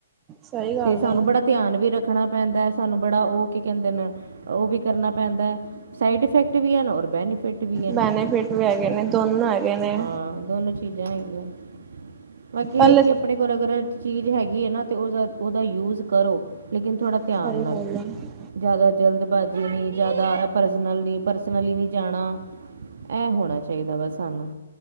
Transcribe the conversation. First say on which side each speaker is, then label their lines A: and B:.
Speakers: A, on the right; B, on the right.
A: ਸਹੀ ਗੱਲ
B: ਤੇ ਸਾਨੂੰ
A: ਏ
B: ਬੜਾ ਧਿਆਨ ਵੀ ਰੱਖਣਾ ਪੈਂਦਾ, ਸਾਨੂੰ ਬੜਾ ਓ ਕੀ ਕੈੰਦੇ ਨ, ਓ ਵੀ ਕਰਨਾ ਪੈਂਦਾ। ਸਾਈਡ ਫੈਕਟ ਵੀ, ਅ, ਨ ਅ, ਔਰ ਬੈਨੀਫਿਟ ਵੀ ਹਨ
A: ਬੈਨੇਫਿਟ ਵੀ ਹੈਗੇ ਨੇ, ਦੋਨ ਹੈਗੇ ਨੇ
B: ਹਾਂ, ਦੋਨੋ ਚੀਜਾਂ ਹੈਗੀਆਂ, ਬਾਕੀ
A: ਪਹਿਲੇ
B: ਏਹ ਐ ਕਿ ਆਪਣੇ ਅਗਰ ਚੀਜ ਹੈਗੀ ਐ ਨਾ, ਤੇ ਉਸਦਾ, ਉਹਦਾ ਯੂਜ ਕਰੋ, ਲੇਕਿਨ ਥੋੜ੍ਹਾ।
A: ਸਹੀ
B: ਧਿਆਨ
A: ਗੱਲ
B: ਨਾਲ,
A: ਏ
B: ਜਾਦਾ ਜਲਦਬਾਜੀ ਨੀ, ਜਾਦਾ ਪਰਸਨਲ ਨੀ, ਪਰਸਨਲੀ ਵੀ ਜਾਣਾ, ਐ ਹੋਣਾ ਚਾਈਦਾ ਵਾ ਸਾਨੂੰ।